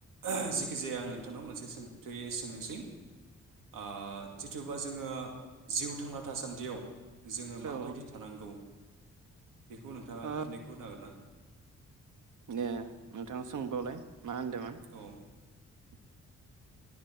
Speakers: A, on the right (about 80°); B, on the right (about 70°).
A: ओ जिखि जाया आं नोंथांनाव मोनसे सों थि सोंनोसै ओ जिथुबा जोङो जिउ थांना थासान्दियाव जोङो माबायदि
B: औ
A: थानांगौ? बेखौ नोंथाङा
B: ओ
A: फिननायखौ होनो हागोन ना?
B: दे नोंथाङा सोंबावलाय? मा होनदों मोन?
A: औ